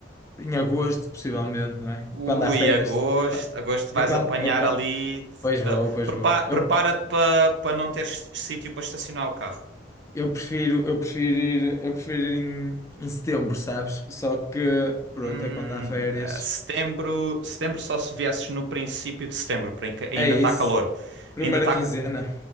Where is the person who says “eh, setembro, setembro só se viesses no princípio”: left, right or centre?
Right